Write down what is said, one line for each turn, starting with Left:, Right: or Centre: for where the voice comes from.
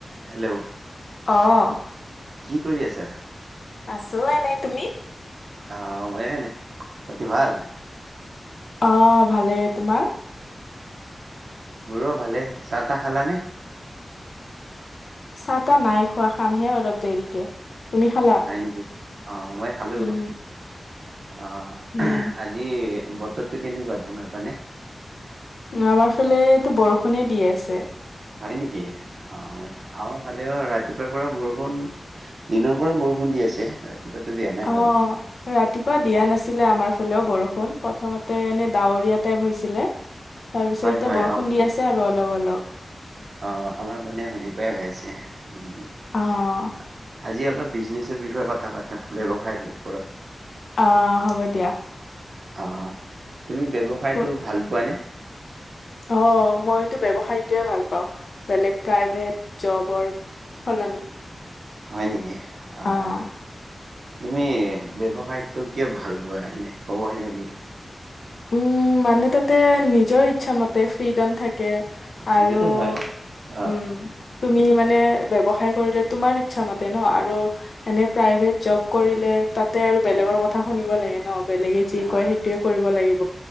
Right: Hello.
Left: অ'।
Right: কি কৰি আছা?
Left: আছোঁ এনে, তুমি?
Right: অ', মই এনে, খাতি ভাল?
Left: অ', ভালেই, তোমাৰ?
Right: মোৰো ভালে, চাহ তাহ খালানে?
Left: চাহ তাহ নাই খোৱা, খামহে অলপ দেৰিকে। তুমি খালা?
Right: হয় নেকি, অ', মই খালোঁ।
Left: উম,
Right: অ',
Left: উম,
Right: আজি বতৰটো কেনেকুৱা তোমাৰ ফালে?
Left: অ', আমাৰ ফালেতো বৰষুণে দি আছে।
Right: হয় নেকি, অ, আমাৰ ফালেও ৰাত তিপুৱাৰপৰা বৰষুণ, দিনৰ পৰা বৰষুণ দি আছে। ৰাতিপুৱাতো দিয়া নাই
Left: অ',
Right: বাৰু
Left: ৰাতিপুৱা দিয়া নাছিলে আমাৰ পালেও বৰষুণ, প্ৰথমতে এনে ডাৱৰীয়া টাইপ হৈছিলে তাৰপিছত
Right: হয়
Left: এতিয়া
Right: হয়
Left: বৰষুণ
Right: অ
Left: দি আছে আৰু অলপ অলপ। অলপ।
Right: অ', আমাৰ পিনেও সেনেকুৱাই হৈ আছে, উ,
Left: অ',
Right: আজি অলপ বিজনেছৰ বিষয়ে কথা পাতা, ব্যৱসায়ৰ ওপৰত।
Left: অ', হ'ব দিয়া।
Right: অ' তুমি ব্যৱসায়টো
Left: কোৱা,
Right: ভাল পোৱা নে?
Left: অ', মইটো ব্যৱসায়টোৱে ভাল পাওঁ, বেলেগ প্ৰাইভেট জবৰ সলনি।
Right: হয় নেকি? আ,
Left: অ'।
Right: আ। তুমি ব্যৱসায়টো কিয় ভাল পোৱা এনে, ক'ব পাৰিবা নেকি?
Left: উম, মানে তাতে নিজৰ ইচ্ছা মতে ফ্ৰীডম থাকে।
Right: সেইটোতো
Left: আৰু
Right: হয়। অ'।
Left: উম তুমি মানে ব্যবসায় কৰিলে তোমাৰ ইচ্ছা মতে ন আৰু এনে প্ৰাইভেট জব কৰিলে তাতে আৰু বেলেগৰ
Right: অ'।
Left: কথা শুনিব লাগে ন, বেলেগে যি
Right: অ'
Left: কয় সেইটোয়ে কৰিব লাগিব।